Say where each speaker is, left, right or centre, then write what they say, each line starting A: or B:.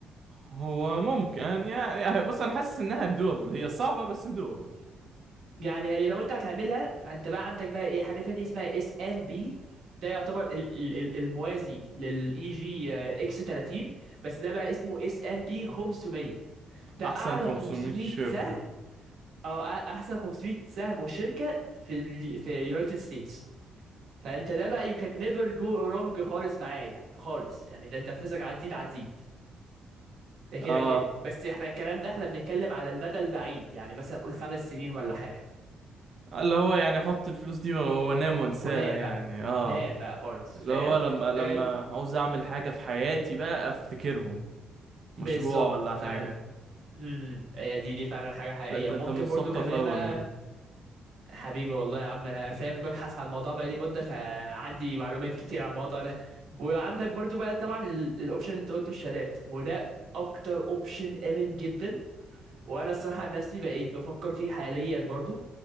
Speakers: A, on the right; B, on the right.
A: هو ممكن يعني يعني بص انا حاسس انها دوبل هي صعبة بس دوبل
B: يعني هي لو أنت هتعملها فأنت بقى عندك بقى إيه حاجة تانية اسمها اس ان بي ده يعتبر ال- ال- ال- الموازي للاي جي اكس 30 بس ده بقى اسمه اس ان بي 500 ده
A: احسن
B: أعلى
A: 500
B: 500
A: شركة
B: سهم او أ- احسن 500 سهم وشركه في ال في يونايتد ستيتس فانت ده بقى يو كان نيفر جو رونج خالص معاه يعني خالص يعني ده انت فلوسك عديد عديد ده كده
A: اه
B: كده بس احنا الكلام ده احنا بنتكلم على المدى البعيد يعني مثلا قول خمس سنين ولا حاجه
A: اللي هو يعني احط الفلوس دي وانام وانساها
B: ونام
A: يعني
B: بقى
A: اه
B: نام بقى خالص
A: اللي
B: فاهم
A: هو لما لما
B: آه،
A: عاوز اعمل حاجة في حياتي بقى افتكرهم
B: بالظبط
A: مشروع ولا
B: فعلا
A: حاجة
B: امم هي دي دي فعلا حاجه حقيقيه
A: انت
B: ممكن
A: انت انت مثقف
B: برضو كمان
A: قوي
B: بقى
A: يا ميدو
B: حبيبي والله يا عم انا فاهم ببحث عن الموضوع بقالي مده فعندي معلومات كتير عن الموضوع ده وعندك برضو بقى طبعا الاوبشن اللي انت قلته الشهادات وده اكتر اوبشن امن جدا وانا الصراحه عن نفسي بقيت بفكر فيه حاليا برضو